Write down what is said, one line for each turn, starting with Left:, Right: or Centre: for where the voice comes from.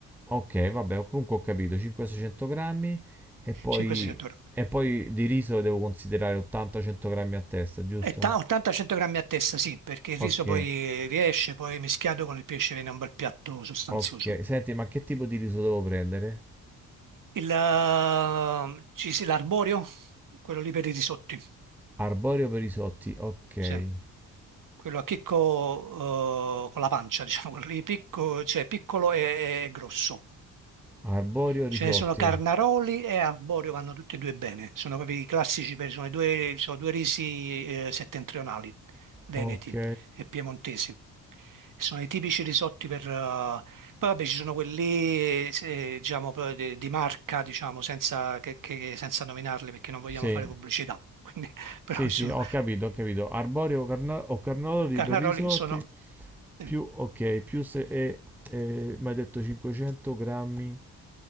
Centre: ok, vabbè, comunque ho capito, 500-600 grammi e poi,
Right: 500-600 grammi.
Centre: e poi di riso devo considerare 80-100 grammi a testa, giusto?
Right: E ta- 80-100 grammi a testa, sì, perché il
Centre: Ok,
Right: riso poi riesce, poi mischiato con il pesce viene un bel piatto sostanzioso.
Centre: ok. Senti, ma che tipo di riso devo prendere?
Right: Il, eh, ci si- l'arborio, quello lì per i risotti,
Centre: Arborio per risotti, ok.
Right: sì. Quello a chicco, eh, con la pancia, <laughs> diciamo, quello lì picco, cioè piccolo e, e grosso.
Centre: Arborio risotti,
Right: Ce ne sono Carnaroli e Arborio, vanno tutti e due bene. Sono proprio i classici, per- sono, i due, sono due risi eh, settentrionali, veneti
Centre: ok.
Right: e piemontesi. Sono i tipici risotti per... eh, Poi vabbè ci sono quelli, eh, diciamo, proprio di, di marca, diciamo, senza, che- che- senza nominarli perché non vogliamo
Centre: Sì,
Right: fare pubblicità. <laughs> Quindi,
Centre: Sì,
Right: però ci
Centre: sì,
Right: sono...
Centre: ho capito, ho capito. Arborio o, carna- o carnaroli
Right: Carnaroli
Centre: per risotti,
Right: sono eh,
Centre: più, ok, più se... E, e, mi hai detto 500 grammi